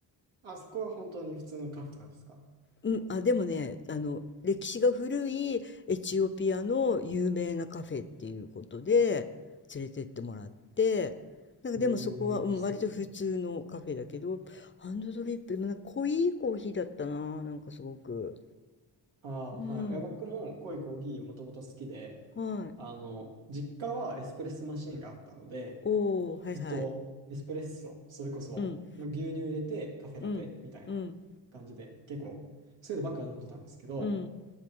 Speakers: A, on the right; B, on the left.
A: あそこは本当に普通のカフェなんですか
B: うん、あ、でもね、あの、歴史が古いエチオピアの有名なカフェっていうことで連れてってもらって、なんかでもそこは、
A: えー、
B: うん、
A: いいですね。
B: 割と普通のカフェだけど、ハンドドリップ、でもなんか濃いコーヒーだったな、なんかすごく。
A: ああ、
B: うん、
A: はい。いや、僕も濃いコーヒーもともと好きで、
B: はい。
A: あの、実家はエスプレッソマシンがあったので、
B: おー、はいはい。
A: ずっとエスプレッソ、それこそ、
B: うん、
A: まあ、牛乳入れてカフェラテみたいな感じで、
B: うん、うん、
A: 結構、そういうのばっか飲んでたんですけど、
B: うん、